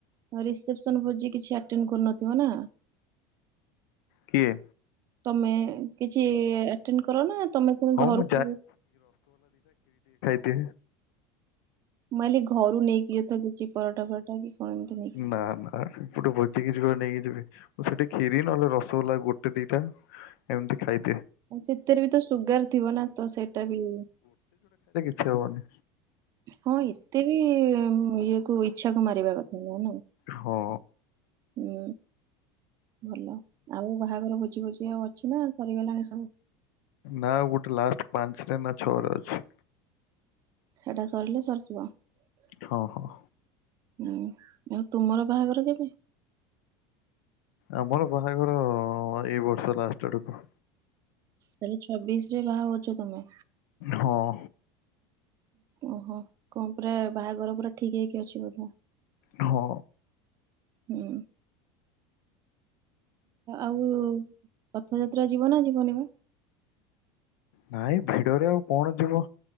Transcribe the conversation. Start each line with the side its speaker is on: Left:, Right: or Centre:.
Right: ରିସେପସନ ଭୋଜି କିଛି ଆଟେନେ କରୁନଥିବ ନା
Left: କିଏ?
Right: ତମେ କିଛି ଆଟେନେ କର ନା ତମେ ପୁଣି
Left: ହଁ
Right: ଘରକୁ
Left: ମୁଁ ଟି
Right: ମୁଁଅଇଲି ଘରୁ ନେଇକି ଯଥ ଯଛି ପରଟା ଫରଟା କି କଣ ଏମିତି ନେଇକି
Left: ନା ନା ପୁଟେ ଭୋଜି କି ଯିବ ନେଇକି ଯିବି ସେଠି କ୍ଷୀରି ନହେଲେ ରସଗୋଲା ଗୋଟେ ଦିଟା ଏମିତି ଖାଇ
Right: ଆଉ ସେଥିରେ ବି ତ ସୁଗାର ଥିବ ନା ତ ସେଇଟା ବି
Left: ସେବନି
Right: ହଁ ଏତେ ବି ଇଏ କ ଇଛା କ ମାରିବା କଥା ନୁହେଁ ନା
Left: ହଁ।
Right: ହୁଁ ଭଲ ଆଉ ବାହାଘର ଭୋଜି ଭୋଜି ଆଉ ଅଛି ନା ସରିଗଲାଣି ସବୁ
Left: ନା ଗୋଟେ ଲାଷ୍ଟ ପାଞ୍ଚରେ ନା ଛଅ ରେ ଅଛି
Right: ସେଟା ସରିଲେ ସରିଯିବ
Left: ହଁ ହଁ।
Right: ହୁଁ ତୁମର ବାହାଘର କେବେ?
Left: ଆମର ବାହାଘର ଏଇ ବର୍ଷ ଲାଷ୍ଟ ଆଡକୁ
Right: ତା ହେଲେ ଛବିଶ ରେ ବାହାହଉଛ ତମେ
Left: ହଁ
Right: ଓହୋ କଣ ପୁରା ବାହାଘର ପୁରା ଠିକ ହେଇକି ଅଛି ବୋଧେ
Left: ହଁ
Right: ହୁଁ ଆଉ ରଥଯାତ୍ରା ଯିବ ନା ଯିବନି ମ
Left: ନାଇଁ ଭିଡରେ ଆଉ କଣ ଯିବ